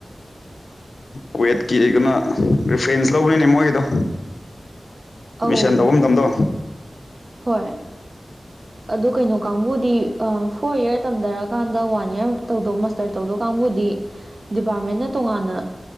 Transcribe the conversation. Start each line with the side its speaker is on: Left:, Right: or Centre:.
Left: ꯀꯨꯋꯦꯠꯀꯤ ꯀꯩꯅꯣ ꯔꯤꯐ꯭ꯔꯦꯟꯁ ꯂꯧꯕꯅꯤꯅꯦ ꯃꯣꯏꯒꯤꯗꯣ
Right: ꯑꯧ
Left: ꯃꯤꯁꯟ ꯇꯧꯕ ꯃꯇꯝꯗꯣ
Right: ꯍꯣꯏ ꯑꯗꯣ ꯀꯩꯅꯣ ꯀꯥꯡꯕꯨꯗꯤ ꯐꯣꯔ ꯏꯔ ꯇꯝꯊꯔꯀꯥꯟꯗ ꯋꯥꯟ ꯏꯔ ꯇꯧꯗꯣ ꯃꯥꯁꯇꯔ ꯇꯧꯗꯧ ꯀꯥꯡꯕꯨꯗꯤ ꯗꯤꯄꯥꯔꯠꯃꯦꯟꯅ ꯇꯣꯉꯥꯟꯅ